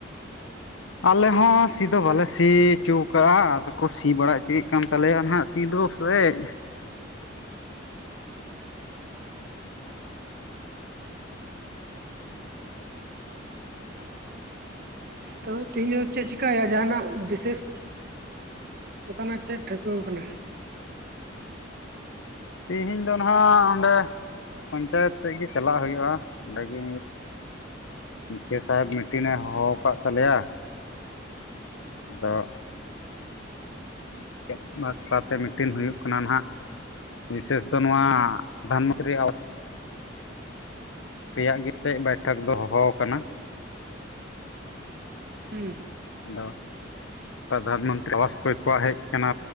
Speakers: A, on the left; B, on the right.
A: ᱟᱞᱮ ᱦᱚᱸ ᱥᱤ ᱫᱚ ᱵᱟᱞᱮ ᱥᱤᱜ ᱪᱩ ᱠᱟᱜ-ᱟ ᱟᱫᱚ ᱠᱚ ᱥᱤ ᱵᱟᱲᱟ ᱚᱪᱚᱭᱮᱫ ᱠᱟᱱ ᱛᱟᱞᱮᱭᱟ ᱦᱟᱜ ᱥᱤ ᱫᱩ ᱛᱚᱭᱮᱜ
B: ᱚ ᱛᱚᱵᱮ ᱛᱮᱦᱤᱧ ᱫᱚ ᱪᱮᱫ ᱪᱤᱠᱟᱹᱭᱟ ᱡᱟᱦᱟᱱᱟᱜ ᱵᱤᱥᱮᱥ ᱚᱝᱠᱟᱱᱟᱜ ᱪᱮᱫ ᱴᱷᱟᱹᱣᱠᱟᱹᱣ ᱠᱟᱱᱟ?
A: ᱛᱮᱦᱮᱧ ᱫᱚ ᱱᱟᱦᱟᱜ ᱚᱸᱰᱮ ᱯᱚᱧᱪᱟᱭᱮᱛ ᱥᱮᱫ ᱜᱤ ᱪᱟᱞᱟᱜᱟ ᱦᱩᱭᱩᱜ-ᱟ ᱚᱸᱰᱮᱜᱤ ᱱᱤᱠᱷᱟᱹ ᱥᱟᱦᱮᱵᱽ ᱢᱤᱴᱤᱱᱮ ᱦᱚᱦᱚ ᱠᱟᱫ ᱛᱟᱞᱮᱭᱟ ᱟᱫᱚ ᱪᱮᱫ ᱵᱟᱠᱷᱨᱟᱛᱮ ᱢᱤᱴᱤᱱ ᱦᱩᱭᱩᱜ ᱠᱟᱱᱟ ᱱᱟᱦᱟᱜ ᱵᱤᱥᱮᱥ ᱫᱚ ᱱᱚᱣᱟ ᱫᱷᱟᱱ ᱢᱚᱱᱛᱨᱤ ᱟᱵᱟᱥ ᱨᱮᱭᱟᱜ ᱜᱮᱪᱚ ᱵᱟᱭᱴᱷᱚᱠ ᱫᱚ ᱦᱚᱦᱚ ᱟᱠᱟᱱᱟ
B: ᱦᱩᱸ
A: ᱟᱫᱚ ᱯᱨᱫᱷᱟᱱ ᱢᱚᱱᱛᱨᱤ ᱟᱵᱟᱥ ᱠᱚᱭ ᱠᱚᱣᱟᱜ ᱦᱮᱡ ᱟᱠᱟᱱᱟ